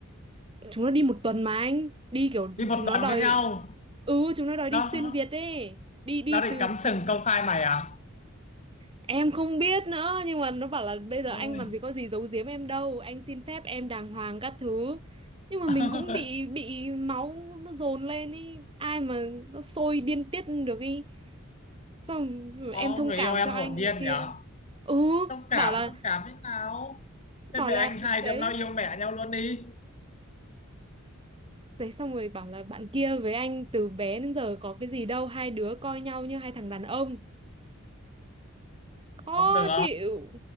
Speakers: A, on the right (about 25°); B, on the left (about 35°).
A: chúng nó đi một tuần mà anh đi kiểu
B: đi một
A: chúng nó
B: tuần
A: đòi
B: với nhau
A: ừ chúng nó đòi
B: nó
A: đi xuyên Việt ấy đi đi
B: nó định
A: từ
B: cắm sừng công khai mày à
A: em không biết nữa nhưng mà nó bảo là bây giờ
B: ôi
A: anh làm gì có gì giấu giếm em đâu anh xin phép em đàng hoàng các thứ nhưng mà
B: <laughs>
A: mình cũng bị bị máu nó dồn lên ý ai mà nó sôi điên tiết được ý xong
B: Ồ,
A: em thông
B: người
A: cảm
B: yêu em
A: cho anh
B: hồn nhiên
A: nọ kia
B: nhở
A: ừ
B: xúc cảm
A: bảo là
B: xúc cảm thế nào thế
A: bảo
B: về
A: là
B: anh hai
A: đấy
B: đứa nó yêu mẹ nhau luôn đi
A: Đấy xong rồi bảo là bạn kia với anh từ bé đến giờ có cái gì đâu hai đứa coi nhau như hai thằng đàn ông khó
B: không được
A: chịu